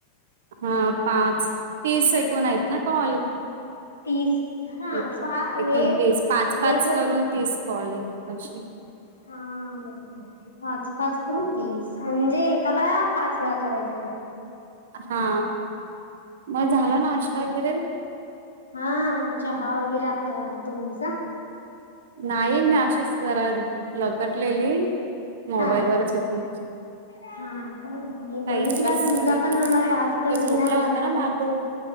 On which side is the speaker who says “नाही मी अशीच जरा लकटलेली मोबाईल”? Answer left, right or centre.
Right